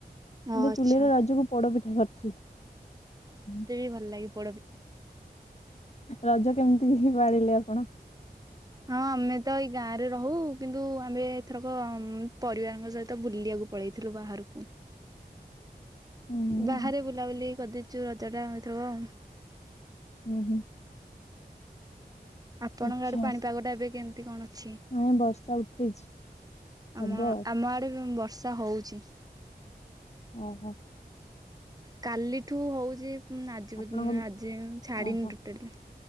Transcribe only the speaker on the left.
କିନ୍ତୁ
ଚୁଲିରେ ରଜକୁ ପୋଡ ପିଠା କରିଥିଲି।
ରଜ କେମିତି ପାଳିଲେ ଆପଣ?
ହୁଁ। ହୁଁ।
ହୁଁ ହୁଁ।
ଆଚ୍ଛା।
ନାଇଁ ବର୍ଷା ଉଠେଇଛି ହବ।
ଓହୋ।
ଆପଣଙ୍କ
ଓହୋ